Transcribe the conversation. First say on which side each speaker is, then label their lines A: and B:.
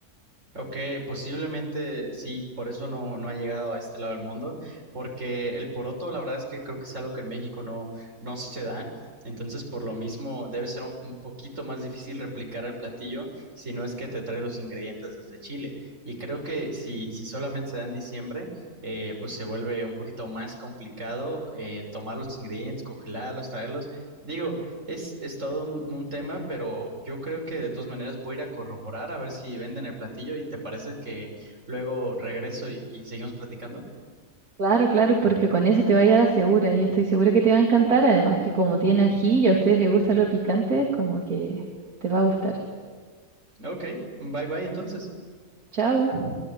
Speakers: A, on the right; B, on the right.
A: Ok, posiblemente sí, por eso no, no ha llegado a este lado del mundo, porque el poroto, la verdad es que creo que es algo que en México no, no se da, entonces por lo mismo debe ser un poquito más difícil replicar el platillo si no es que te trae los ingredientes desde Chile. Y creo que si, si solamente se da en diciembre, eh, pues se vuelve un poquito más complicado eh, tomar los ingredientes, congelarlos, traerlos. Digo, es, es todo un, un tema, pero yo creo que de todas maneras voy a ir a corroborar a ver si venden el platillo y te parece que luego regreso y, y seguimos platicando.
B: Claro, claro, porque con ese te vaya a la segura. Yo estoy segura que te va a encantar, además que como tiene ají y a ustedes les gusta lo picante, como que te va a gustar.
A: Ok, bye bye entonces.
B: Chao.